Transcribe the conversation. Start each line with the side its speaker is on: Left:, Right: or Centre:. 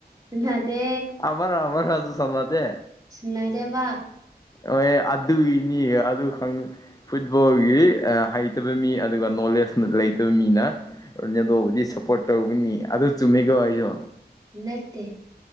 Right: ꯁꯅꯥꯗꯦ
Left: ꯑꯃꯒ ꯑꯃꯒꯁꯨ ꯁꯅꯥꯗꯦ
Right: ꯁꯅꯥꯗꯦꯕ
Left: ꯍꯣꯏꯍꯦ ꯑꯗꯨꯏꯅꯤ ꯑꯗꯨ ꯈꯪ ꯐꯨꯠꯕꯣꯜꯒꯤ ꯍꯩꯇꯕ ꯃꯤ ꯑꯗꯨꯒ ꯅꯣꯂꯦꯖ ꯂꯩꯇꯕ ꯃꯤꯅ ꯔꯣꯅꯦꯜꯗꯣꯕꯨꯗꯤ ꯁꯞꯄꯣꯔꯠ ꯇꯧꯕꯅꯤ ꯑꯗꯨ ꯆꯨꯝꯃꯤꯀꯣ ꯑꯩꯖꯨ
Right: ꯅꯠꯇꯦ